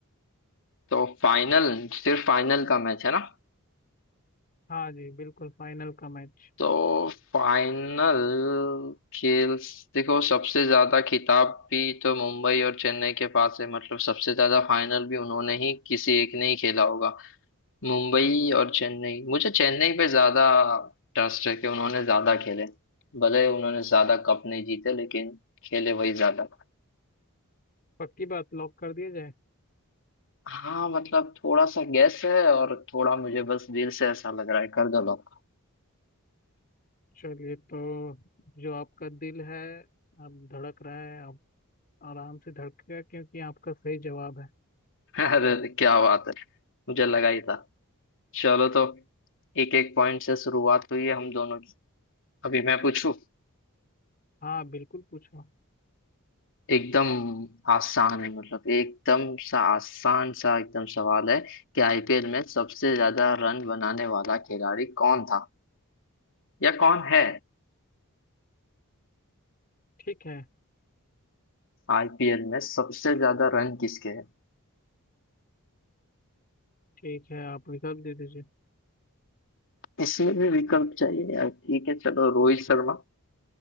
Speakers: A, on the left; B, on the left.
A: तो फाइनल सिर्फ फाइनल का मैच है ना
B: हाँ जी बिल्कुल फाइनल का मैच
A: तो फाइनल खेल देखो सबसे ज्यादा खिताब भी तो मुंबई और चेन्नई के पास है मतलब सबसे ज्यादा फाइनल भी उन्होंने ही किसी एक ने ही खेला होगा मुंबई और चेन्नई मुझे चेन्नई पे ज्यादा ट्रस्ट है कि उन्होंने ज्यादा खेले भले उन्होंने ज्यादा कप नहीं जीते लेकिन खेले वही ज्यादा
B: पक्की बात लॉक कर दिया जाए
A: हाँ मतलब थोड़ा सा गैस है और थोड़ा मुझे बस दिल से ऐसा लग रहा है कर दो लोग
B: चलिए तो जो आपका दिल है अब धड़क रहा है अब आराम से धड़केगा क्योंकि आपका सही जवाब है
A: <laughs> अरे क्या बात है मुझे लगा ही था चलो तो एक एक पॉइंट से शुरुआत हुई है हम दोनों की अभी मैं पूछू
B: हाँ बिल्कुल पूछो
A: एकदम आसान है मतलब एकदम सा आसान सा एकदम सवाल है कि आईपीएल में सबसे ज्यादा रन बनाने वाला खिलाड़ी कौन था या कौन है
B: ठीक है
A: आईपीएल में सबसे ज्यादा रन किसके हैं
B: ठीक है आप विकल्प दे दीजिए
A: इसमें भी विकल्प चाहिए यार ठीक है चलो रोहित शर्मा